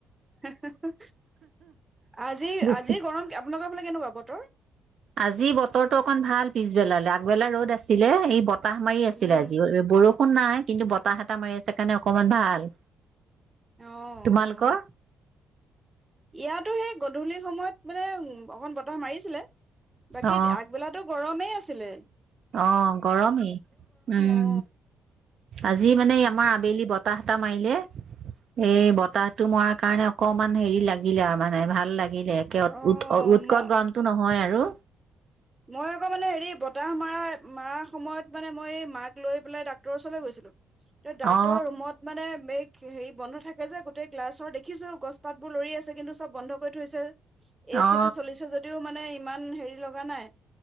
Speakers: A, on the right (about 15°); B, on the right (about 55°).
A: হুঁ হুঁ আজি-আজি
B: বেছি।
A: গৰম আপোনালোকৰ ফালে? কেনেকুৱা বতৰ?
B: আজি বতৰ টো অকন ভাল পিছবেলালৈ, আগবেলা ৰ'দ আছিলে, এই ব কাহ মাৰি আছিলে
A: উম
B: আজি বৰ একো নাই কিন্তু বতাহ এটা মাৰি আছে কাৰণে অকমান ভাল।
A: অ',
B: তোমালোকৰ
A: অ', ইয়াতো সেই গধূলি সময়ত মানে, উ অকন বতাহ মাৰিছিলে। বাকী
B: অ
A: আগবেলাতো গৰমেই আছে। প্লেন
B: অ গৰমেই, উম
A: অ
B: আজি মানে আমাৰ আবেলি বতাহ বতাহ এটা মাৰিলে, এই বতাহতটো মৰাৰ কাৰণে অকনমান হেৰি লাগিলে আৰু মানে ভাল লাগিল। লাগিলে একে
A: অ
B: উ-উৎকট
A: ম
B: গৰমতটো নহয় আৰু।
A: মই আকৌ মানে হেৰি বতাহ মৰা মৰা সময়ত মানে মই মাক লৈ পেলাই ডাক্তৰৰ ওচৰলৈ গৈছিলোঁ। ডাক্তৰৰ
B: অ
A: ৰুমত মানে মেইলত। হেৰি বন্ধ থাকে যে গোটেই ক্লাছৰ দেখিছো গছ পাত বোৰ লৰি আছে কিন্তু চব বন্ধ কৰি থৈছে যে। এ
B: অ
A: চি টো চলিছে যদিও মানে ইমান। ইমান হেৰি লগা নাই।